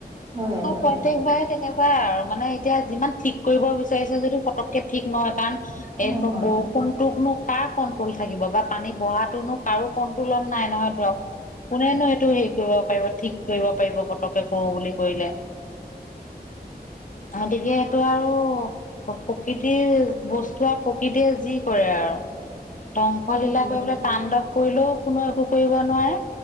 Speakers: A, on the right; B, on the left.
A: হয়
B: অ
A: হয়
B: প্ৰত্যেকবাৰে তেনেকুৱাই আৰু মানে এতিয়া যিমান ঠিক কৰিব বিচাৰিছে যদি পতক কে ঠিক নহয় কাৰণ এই
A: নহয়
B: বৰষুণটোকনো কাৰ কন্ট্ৰল থাকিব বা পানী বঢ়হা টোনো কাৰো কণ্ট্ৰলত নাই নহয় ধৰক কোনেনো এইটো হেৰি কৰিব পাৰিব ঠিক কৰিব পাৰিব পতকে কৰ বুলি কৰিলে । গতিকে সেইটো আৰু প্ৰকৃতিৰ বস্তু আৰু প্ৰকৃতিয়ে যি কৰে আৰু ধ্বংসলীলা
A: তাকে
B: কৰিবলে তাণ্ডৱ কৰিলেও কোনো একো কৰিব নোৱাৰে